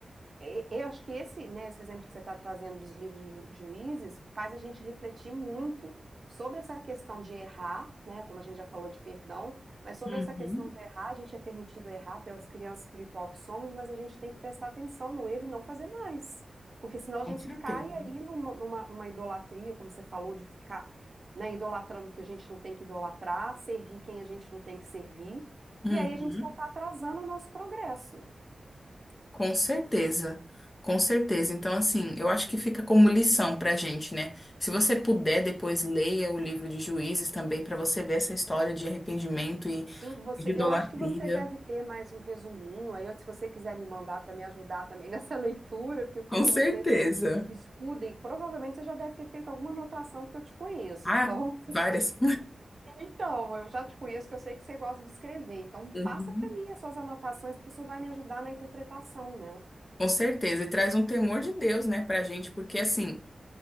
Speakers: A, on the right (about 50°); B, on the left (about 35°).
A: e- Eu acho que esse, né, esse exemplo que você está trazendo dos livros de ju- juízes faz a gente refletir muito sobre essa questão de errar, né, como a gente já falou de perdão, mas sobre
B: Uhum.
A: essa questão de errar, a gente é permitido errar pelas crianças espiritual que somos, mas a gente tem que prestar atenção no erro e não fazer mais, porque senão a
B: Com
A: gente
B: certeza.
A: cai aí numa, numa- numa idolatria, como você falou, de ficar, né, idolatrando o que a gente não tem que idolatrar, servir quem a gente não tem que servir,
B: Uhum.
A: e aí a gente só está atrasando o nosso progresso.
B: Com certeza. Com certeza. Então, assim, eu acho que fica como lição pra gente, né? Se você puder, depois leia o livro de Juízes também para você ver essa história de arrependimento e
A: Sim, você,
B: de idolatria.
A: eu acho que você deve ter mais um resuminho. Aí, se você quiser me mandar para me ajudar também nessa <laughs> leitura, porque como
B: Com certeza.
A: você estuda, e provavelmente você já deve ter feito alguma anotação, porque eu te conheço.
B: Ah,
A: Então,
B: várias.
A: <laughs> então, eu já te conheço, que eu sei que você gosta de escrever. Então,
B: Uhum.
A: passa para mim as suas anotações, porque isso vai me ajudar na interpretação, né?
B: Com certeza. E traz um temor de Deus, né, pra gente, porque assim,